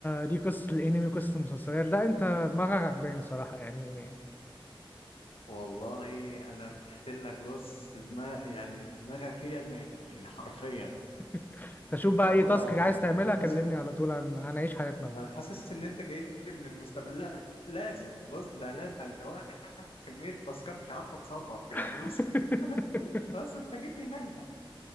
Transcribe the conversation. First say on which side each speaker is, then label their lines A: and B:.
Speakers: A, on the left; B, on the left.
A: دي قصة الانمي قصة المسلسلات لا انت دماغك عجباني الصراحة يعني
B: والله انا ارتحت لك بص دماغ يعني دماغك هي دماغي يعني حرفيا
A: <laughs> تشوف بقى
B: والله
A: ايه تاسك
B: العظيم
A: عايز تعملها
B: انا حاسس
A: كلمني على طول هن... هنعيش حياتنا بقى.
B: انا حاسس ان انت جاي لي من المستقبل لا لازم بص ده لازم انا واقع في كمية تاسكات مش عارف اتصرف يعني
A: <laughs>
B: بص <laughs> بص انت جيت لي نجدة